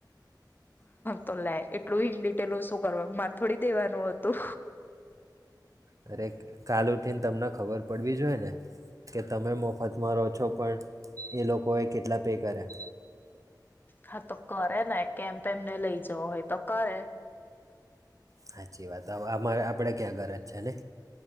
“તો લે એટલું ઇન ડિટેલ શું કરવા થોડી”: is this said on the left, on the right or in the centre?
Left